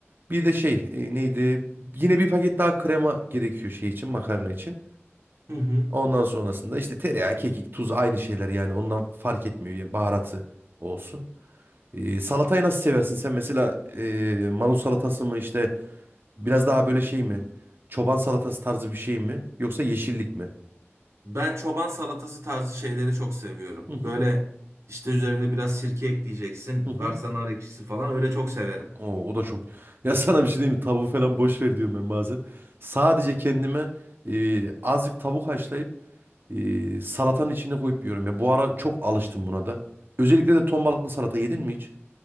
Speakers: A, on the right; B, on the right.
A: Bir de şey e, neydi? Yine bir paket daha krema gerekiyor şey için makarna için.
B: Hı hı.
A: Ondan sonrasında işte tereyağı, kekik, tuz aynı şeyler yani ondan fark etmiyor yani baharatı olsun. E, salatayı nasıl seversin sen mesela e, marul salatası mı işte biraz daha böyle şey mi? Çoban salatası tarzı bir şey mi? Yoksa yeşillik mi?
B: Ben çoban salatası tarzı şeyleri çok seviyorum.
A: Hı hı.
B: Böyle işte üzerine biraz sirke ekleyeceksin.
A: Hı hı.
B: Varsa nar ekşisi falan öyle çok severim.
A: Oo, o da çok. <laughs> Ya sana bir şey diyeyim mi? Tavuğu falan boş ver diyorum ben bazen. Sadece kendime e, azıcık tavuk haşlayıp e, salatanın içine koyup yiyorum ya. Bu ara çok alıştım buna da. Özellikle de ton balıklı salata yedin mi hiç?